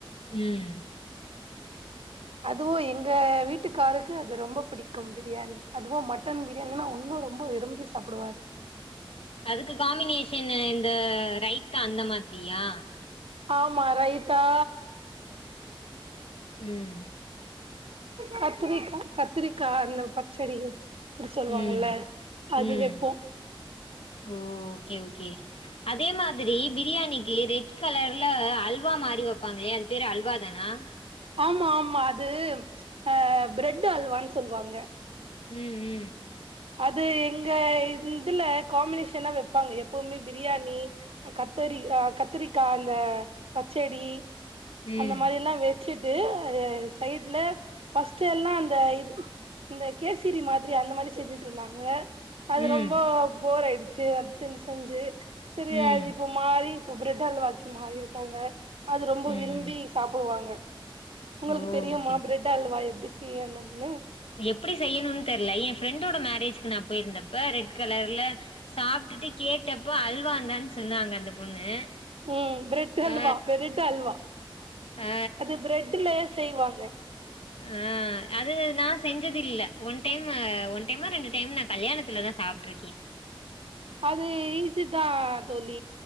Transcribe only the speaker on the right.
அதுவு எங்க வீட்டுக்காருக்கு அது ரொம்ப பிடிக்கும் பிரியாணி அதுவும் மட்டன் பிரி என்னா ஒன்னு ரொம்ப விரும்பி சாப்டுவாரு
ஆமா ரைத்தா
கத்திரிக்கா கத்திரிக்கா அந்த பச்சடி அப்டி சொல்வாங்கல
அது
வைப்போ
ஆமா ஆமா அது ஆ பிரெட்டு அல்வானு சொல்வாங்க
அது எங்க இதுல காம்மினேஷனா வைப்பாங்க எப்பவுமே பிரியாணி கத்தரி் அ கத்திரிக்காய் அந்த பச்சடி
அந்த மாரியெல்லா வே ச்சுட்டு சைட்ல பஸ்ட்டு எல்லா அந்த இது இந்த கேசிரி மாதிரி அந்த மாரி செஞ்சுட்டு இருந்தாங்க அது
ரொம்ப போர் ஆயிடுச்சு அது செஞ்சு செஞ்சு செரி
அது இப்ப மாறி இப்ப பிரெட் அல்வாக்கே மாறி இருக்காங்க அது ரொம்ப
விரும்பி சாப்பிடுவாங்க உங்களுக்கு
தெரியுமா
பிரெட் அல்வா எப்டி செய்யனு அப்டின்னு
ம் பிரெட் அல்வா
பிரெட் அல்வா
அது பிரெட்லயே செய்வாங்க
அது ஈஸி தா தோழி